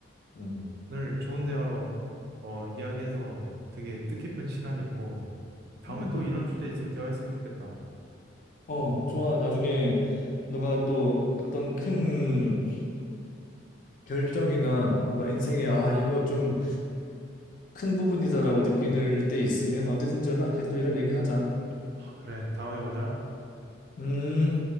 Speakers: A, on the left; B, on the right.
A: 음,
B: 오늘 좋은 대화로 어, 이야기해서 되게 뜻깊은 시간이었고, 다음에
A: 음.
B: 또 이런 주제 있으면 대화했으면 좋겠다.
A: 어, 좋아. 나중에 너가 또 어떤 큰 결정이나 뭔가 인생에 아, 이거 좀 큰 부분이다라고 느낄 때 있으면 언제든지 연락해. 또 이런 얘기 하자.
B: 그래, 다음에 보자.
A: 음.